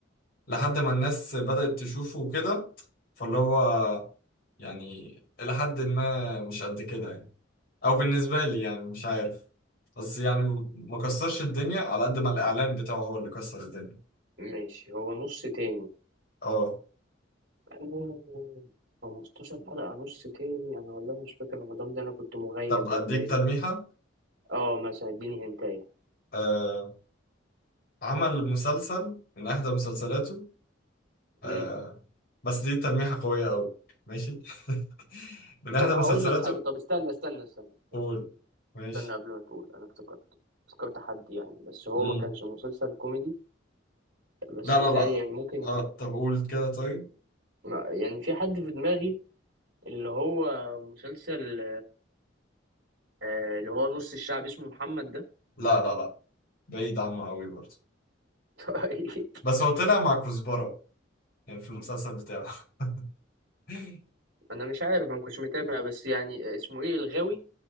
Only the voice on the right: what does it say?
ماشي هو نص تاني
أوه، 15 حلقة نص تاني أنا والله مش فاكر رمضان ده أنا كنت مغيب
ولا إيه؟
أه مثلا إديني هنتاية
أمم.
طب هقول
لك حاجة طب استنى استنى استنى
استنى قبل ما تقول انا افتكرت افتكرت حد يعني بس هو
ما كانش مسلسل كوميدي بس
مثالي
يعني ممكن
ي-
ما- يعني في حد في دماغي اللي هو مسلسل آه، اللي هو نص الشعب اسمه محمد ده
<laughs> طيب
انا مش عارف انا ما كنتش متابع بس يعني اسمه ايه الغاوي